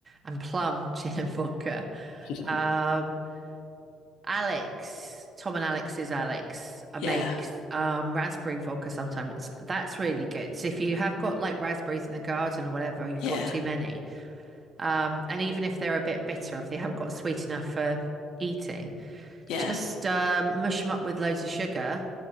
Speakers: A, on the right (about 35°); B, on the left (about 75°).
A: and plum <laughs> gin and vodka.
B: <laughs>
A: Um, Alex, Tom and Alex's Alex uh,
B: yeah,
A: makes um, raspberry vodka sometimes. That's really good. So if you have got like raspberries in the garden or whatever, you've
B: yeah,
A: got too many. Um, and even if they're a bit bitter, if they haven't got sweet enough for eating,
B: yeah.
A: just um, mush them up with loads of sugar